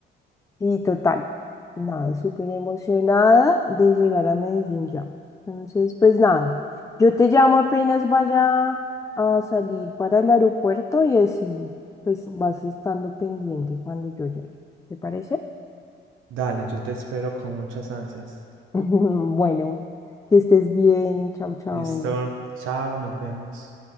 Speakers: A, on the left; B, on the right.
A: y total, nada, súper emocionada de llegar a Medellín ya. Entonces, pues nada, yo te llamo apenas vaya a salir para el aeropuerto y así pues vas estando pendiente cuando yo llegue. ¿Te parece?
B: Dale, yo te espero con muchas ansias.
A: <laughs> Bueno, que estés bien, chao, chao.
B: Listo, chao, nos vemos.